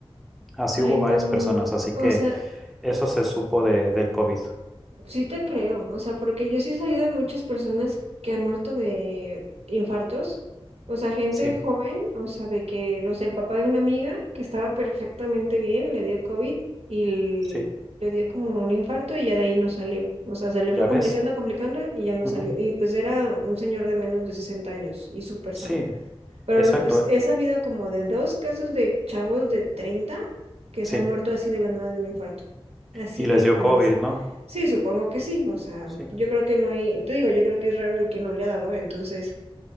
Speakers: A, in the centre; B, on the right.
A: Así
B: Ay,
A: hubo
B: no.
A: varias personas, así
B: O
A: que
B: sea,
A: eso se supo de, del COVID.
B: Sí te creo, o sea, porque yo sí he sabido de muchas personas que han muerto de infartos, o sea, gente
A: Sí,
B: joven, o sea, de que, no sé, el papá de una amiga que estaba perfectamente bien, le dio COVID y l-
A: sí.
B: le dio como un infarto y ya de ahí no salió, o sea, se le
A: ¿Ya
B: fue complicando,
A: ves?
B: complicando y ya no
A: Ujú.
B: salió, y pues era un señor de menos de 60 años y súper
A: Sí,
B: sano. Pero
A: exacto,
B: es- he sabido como de dos casos de chavos de 30 que
A: sí.
B: se han muerto así de la nada de un infarto. Así
A: Y
B: bien
A: les dio
B: jóvenes.
A: COVID, ¿no?
B: Sí, supongo que sí. O sea,
A: Sí,
B: yo creo que no hay, te digo, yo creo que es raro el que no le ha dado. Entonces,